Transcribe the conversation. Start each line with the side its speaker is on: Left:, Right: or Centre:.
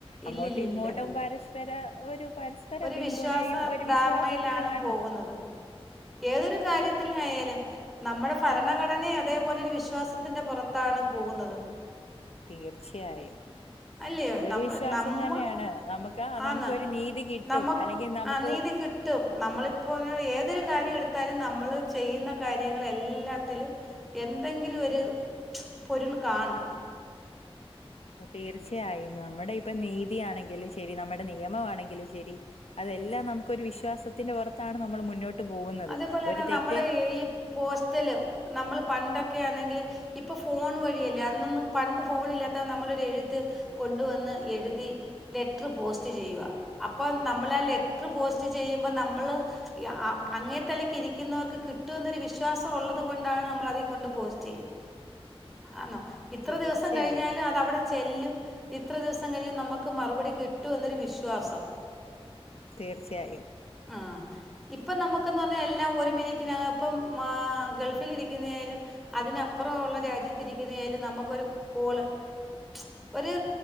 Centre: ഇല്ലില്ലില്ല
Left: അങ്ങോട്ടും ഇങ്ങോട്ടും പരഷ്പര ഒരു പരസ്പര
Centre: ഒരു
Left: പിന്തുണയും
Centre: വിശ്വാസ
Left: ഒരു
Centre: ധാരണയിലാണ്
Left: വിശ്വാസത്തിലുവാണ്
Centre: പോകുന്നത് ഏതൊരു കാര്യത്തിലായാലും നമ്മുടെ <unintelligible> അതേപോലൊരു വിശ്വാസ- <unintelligible> പൊറത്താണ് പോവുന്നത്
Left: തീർച്ചയായും
Centre: അല്ലയോ
Left: അതൊരു
Centre: നമ്മ
Left: വിശ്വാസം
Centre: നമ്മ
Left: തന്നെയാണ് നമുക്ക്
Centre: ആണ്
Left: നമുക്കൊരു നീതി കിട്ടും
Centre: നമ്മ
Left: അല്ലെങ്കിൽ നമക്ക്
Centre: ആ നീതി കിട്ടും നമ്മളിപ്പോ ഏതൊരു കാര്യം എടുത്താലും നമ്മൾ ചെയ്യുന്ന കാര്യങ്ങളെല്ലാത്തിലും എന്തെങ്കിലൊരു <unintelligible> പൊരുൾ കാണും <inaudible>
Left: തീർച്ചയായും നമ്മുടെ ഇപ്പോ നീതിയാണെങ്കിലും ശരി നമ്മുടെ നിയമവാണെങ്കിലും ശരി അതെല്ലാ- <unintelligible> നമുക്കൊരു വിശ്വാസത്തിന്റെ പൊറത്താണ് നമ്മൾ മുന്നോട്ട് പോകുന്നത്.
Centre: അതേപോലെന്നെ
Left: ഒരു തെറ്റ്
Centre: നമ്മൾ ഈ പോസ്റ്റല് നമ്മൾ പണ്ടൊക്കെ ആന്നെങ്കില് ഇപ്പൊ ഫോൺ വഴിയല്ലേ അന്നൊന്നും പണ്ട് ഫോണില്ലാത്ത നമ്മളൊരെഴുത്ത് കൊണ്ടുവന്ന് എഴുതി ലെറ്ററ് പോസ്റ്റ് ചെയ്യുക അപ്പ നമ്മൾ ലെറ്ററ്പോസ്റ്റ്ചെയ്യുമ്പൊ നമ്മൾ ആഹ് അങ്ങേത്തലക്ക് ഇരിക്കുന്നവർക്ക് കിട്ടുന്നൊരു വിശ്വാസം ഒള്ളത് കൊണ്ടാണ് നമ്മളതികൊണ്ട് പോസ്റ്റ് ചെയ്യ്ന്നെ ആന്നോ ഇത്ര
Left: തീർച്ചയായും
Centre: ദിവസം കഴിഞ്ഞാലും അതവിടെ ചെല്ലും ഇത്ര ദിവസം കഴിഞ്ഞാൽ നമുക്ക് മറുപടി കിട്ടുമെന്നൊരു വിശ്വാസം
Left: തീർച്ചയായും
Centre: ആ ഇപ്പം നമുക്കന്ന് പറഞ്ഞാൽ എല്ലാം ഒരു മിനിറ്റിനകപ്പം ആ ഗൾഫിലിരിക്കുന്ന ആയാലും അതിനപ്പുറൊള്ള രാജ്യത്തിരിക്കുന്നായാലും നമ്മക്കൊരു കോള് <unintelligible> ഒരു